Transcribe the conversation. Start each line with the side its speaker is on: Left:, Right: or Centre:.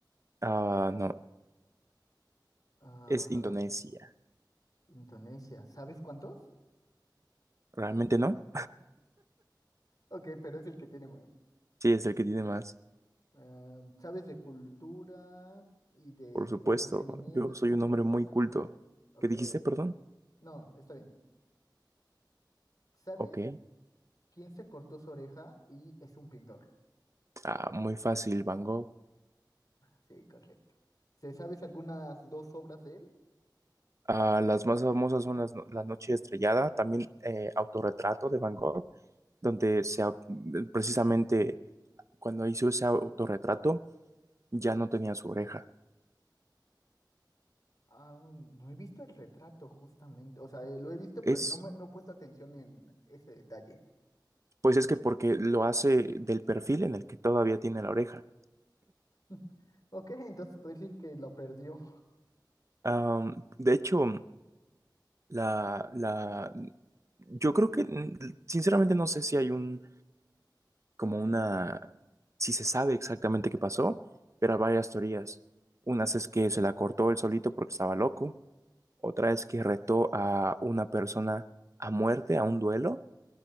Right: Ah, no.
Left: Ah,
Right: Es Indonesia.
Left: Indonesia. ¿Sabes cuántos?
Right: ¿Realmente no?
Left: Ok, pero es el que tiene más.
Right: <laughs> Sí, es el que tiene más.
Left: Ah, ¿sabes de cultura y de
Right: Por supuesto.
Left: entretenimiento,
Right: Yo
Left: ese
Right: soy
Left: tipo
Right: un hombre
Left: de
Right: muy
Left: cosas?
Right: culto.
Left: Ok.
Right: ¿Qué dijiste, perdón?
Left: No, está bien. ¿Sabes
Right: Ok.
Left: quién se cortó su oreja y es un pintor?
Right: Ah, muy fácil, Van Gogh.
Left: Sí, correcto. ¿Se sabes algunas dos obras de él?
Right: Ah, las más famosas son las, no- La Noche Estrellada, también eh, Autorretrato de Van Gogh, donde se, au- precisamente cuando hizo ese autorretrato ya no tenía su oreja.
Left: Ah, no he visto el retrato justamente. O sea, eh, lo he visto,
Right: Es,
Left: pero no, me, no he puesto atención en ese detalle.
Right: pues es que porque lo hace del perfil en el que todavía tiene la oreja.
Left: <laughs> Ok, entonces se puede decir que lo perdió.
Right: Am, de hecho, la, la, yo creo que, mm, sinceramente, no sé si hay un como una, sí se sabe exactamente qué pasó, pero hay varias teorías. Unas es que se la cortó él solito porque estaba loco, otra es que retó a una persona a muerte, a un duelo,